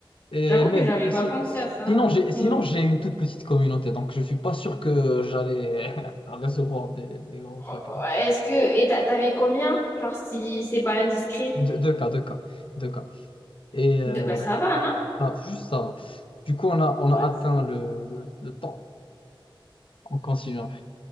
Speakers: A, on the left; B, on the left.
A: Et
B: J'avoue
A: même,
B: que j'avais
A: et
B: pas
A: si,
B: pensé à ça.
A: sinon, j'ai, sinon,
B: Ouais.
A: j'ai une toute petite communauté, donc je suis pas sûr que j'allais <laughs> recevoir des, des grands trucs.
B: Oh, Est-ce que... Et t'a- t'avais combien? Genre, si c'est pas indiscret.
A: Deux, deux cas, deux cas, deux cas. Et euh,
B: De- Bah, ça va, non?
A: ça, juste ça. Du coup, on a, on
B: Ouais.
A: a atteint le, le, le temps. On continue après.